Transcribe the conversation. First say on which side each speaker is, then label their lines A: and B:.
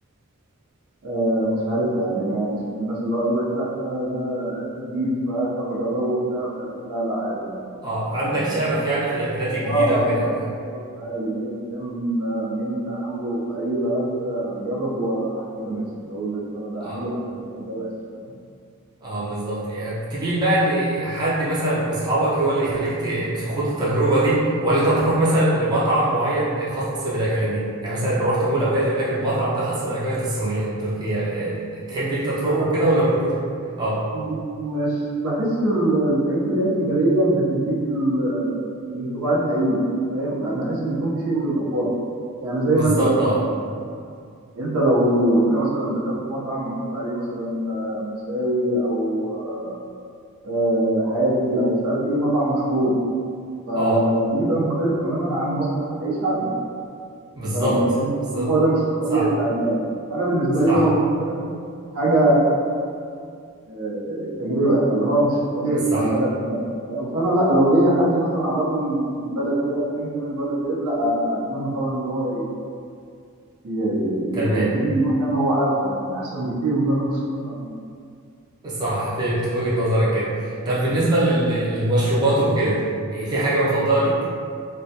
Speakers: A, on the right; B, on the right.
A: آه، مش عارفها يعني ما مش من الناس اللي هو يقول لك لا آه، ده اكل جديد فاخاف اجربه وبتاع مش عارف إيه. لا لا عادي عادي
B: اه عندك
A: فاهم قصدي؟
B: شغف يعني في الاكلات الجديده
A: اه اه
B: وكده
A: بالظبط عادي ايا كان آه، مين عامله في اي بلد آه، اجرب واحكم بنفسي اقول لك اه ده
B: اه
A: حلو عجبني او ده وحش فاهم
B: اه بالظبط يعني تبيل بقى ان حد مثلا من اصحابك هو اللي يخليك ت- تخوض التجربه دي ولا انت تروح مثلا لمطعم معين خاص بالاكلات دي يعني مثلا لو رحت مول او كده يقول لك المطعم ده خاص بالاكلات الصينيه التركيه آه، تحب انت تروح
A: آه،
B: وكده ولا ما تكونش اه
A: م- مش بحس ال- الحاجات اللي هي التجاريه بتديك ال- الانطباع الحقيقي فاهم بحس بيكون في شيء من الافوره يعني زي
B: بالظبط
A: مثلا مثلا
B: اه
A: انت لو هنا مثلا دخلت مطعم مكتوب عليه مثلا آه، مشاوي او آه، آه، حاتي او مش عارف ايه مطعم مشهور فبيبقى
B: اه
A: مختلف تماما عن مصمت في حي شعبي
B: بالظبط
A: فاهم قصدي
B: بالظبط
A: اللي هو ده مش الطبيعي
B: صح
A: بتاع البلد فانا بالنسبه
B: صح
A: لي ده موجود هنا حاجه آه، تجربه فاللي هو مش الطبيعي
B: صح
A: بتاع البلد هناك فاهم؟ فانا لا لو ليا حد مثلا اعرفه من البلد ديت ايا كان البلد ديت لا اتمنى طبعا ان هو ي- ي-
B: تمام
A: يوديني المكان هو عارفه يعني احسن بكتير من ان انا اخش مطعم
B: صح فهمت وجهة نظرك كده طب بالنسبه لل- للمشروبات وكده إيه، في حاجه مفضله ليك